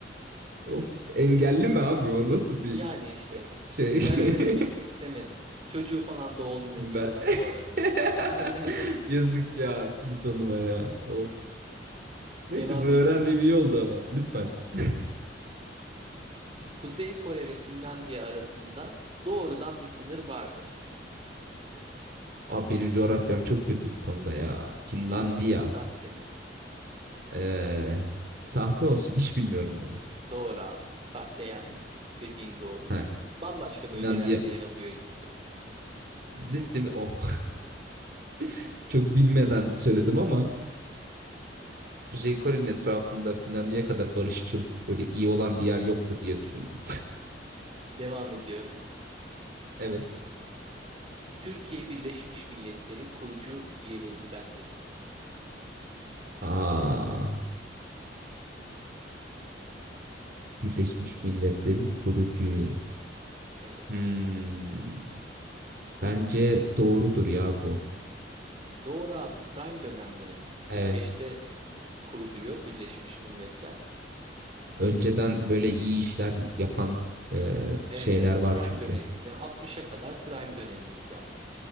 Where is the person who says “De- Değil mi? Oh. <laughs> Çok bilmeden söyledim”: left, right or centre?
Right